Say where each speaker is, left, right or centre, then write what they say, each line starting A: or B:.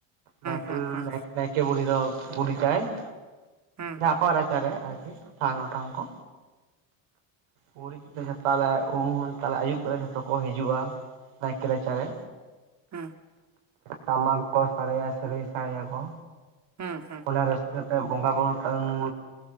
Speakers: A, on the right; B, on the right.
A: ᱱᱟᱭᱠᱮ,
B: ᱦᱮᱸ ᱦᱮᱸ
A: ᱱᱟᱭᱠᱮ ᱵᱩᱲᱦᱤ ᱫᱚ ᱜᱩᱨᱤᱡᱟᱭ ᱾
B: ᱦᱩᱸ,
A: ᱟᱠᱚᱣᱟᱜ ᱨᱟᱪᱟ ᱨᱮ ᱟᱨᱠᱤ ᱛᱷᱟᱱ ᱵᱟᱛᱷᱟᱱ ᱠᱚ᱾ ᱜᱩᱨᱤᱡ ᱠᱛᱮ ᱡᱚᱛᱮ <unintelligible> ᱩᱢ ᱛᱟᱦᱞᱮ ᱟᱭᱩᱵ ᱠᱟᱛᱮ ᱡᱷᱚᱛᱚ ᱠᱚ ᱦᱤᱡᱩᱜᱼᱟ ᱱᱟᱭᱠᱮ ᱨᱟᱪᱟᱨᱮ᱾
B: ᱦᱩᱸ,
A: ᱴᱟᱢᱟᱠ ᱠᱚ ᱥᱟᱲᱮᱭᱟ ᱥᱮᱨᱮᱧ ᱥᱟᱲᱮ ᱭᱟᱠᱚ᱾
B: ᱦᱮᱸ ᱦᱮᱸ
A: ᱚᱱᱟ ᱨᱟᱹᱥᱠᱟᱹ ᱛᱮ ᱵᱚᱸᱜᱟ ᱵᱩᱨᱩ <unintelligible>